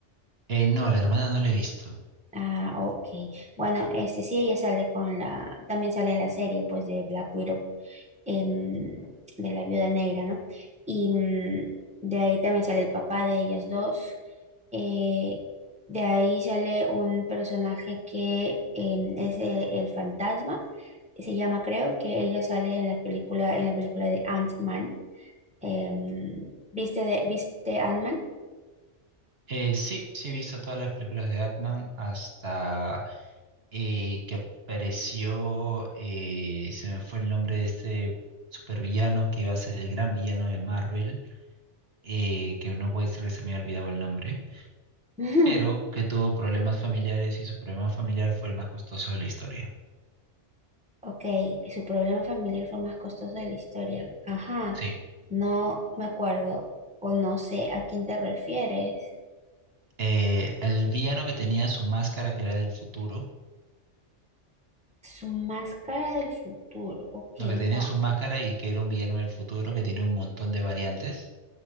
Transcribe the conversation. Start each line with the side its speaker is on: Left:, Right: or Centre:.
Right: Eh, no, la hermana no la he visto.
Centre: Ah, ok. Bueno, este sí, ella sale con la, también sale en la serie pues de Black Widow. em, de la viuda negra, ¿no? Y mm, de ahí también sale el papá de ellas dos. Eh, de ahí sale un personaje que em, es eh, el fantasma, se llama creo, que ella sale en la película, en la película de Ant-Man. Em, ¿viste, de, ¿viste Ant-Man?
Right: Eh, sí, sí he visto todas las películas de Batman hasta eh, que apareció, eh, se me fue el nombre de este supervillano que iba a ser el gran villano de Marvel, eh, que no puede ser que se me haya olvidado el nombre,
Centre: <laughs> Ujú.
Right: pero que tuvo problemas familiares y su problema familiar fue el más costoso de la historia.
Centre: Ok, su problema familiar fue más costoso de la historia. Ajá,
Right: Sí.
Centre: no me acuerdo o no sé a quién te refieres.
Right: eh, al villano que tenía su máscara, que era del futuro,
Centre: Su máscara del futuro, ok,
Right: no, que tenía
Centre: no.
Right: su máscara y que era un villano del futuro que tiene un montón de variantes,